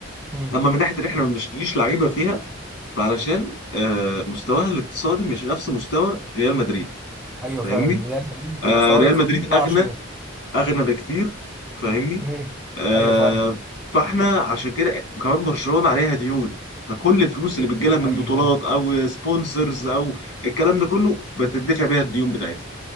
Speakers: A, in the centre; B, on the left.
A: مم.
B: اما من ناحيه ان احنا ما بنشتريش لعيبه فيها فعلشان آه، مستواها الاقتصادي مش نفس مستوى ريال مدريد
A: ايوه
B: فاهمني
A: فعلا ريال مدريد
B: آه،
A: مستواه
B: ريال
A: الاقتصادي
B: مدريد
A: بقى
B: اغنى
A: عشان
B: اغنى بكتير فاهمني
A: مم.
B: آه
A: ايوه فعلا
B: فاحنا عشان كده كمان برشلونه عليها ديون فكل الفلوس اللي بتجيلها من
A: ايوه
B: بطولات
A: ايوه
B: او سبونسرز او الكلام ده كله بتدفع بيها الديون بتاعتها